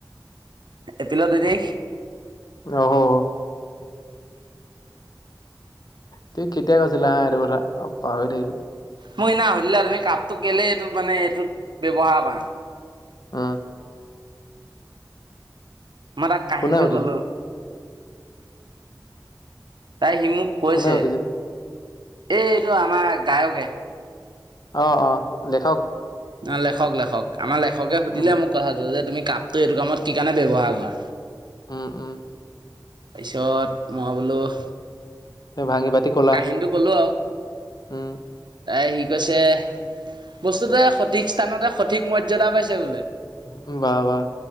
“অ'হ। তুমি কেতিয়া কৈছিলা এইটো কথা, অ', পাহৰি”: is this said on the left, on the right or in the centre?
Left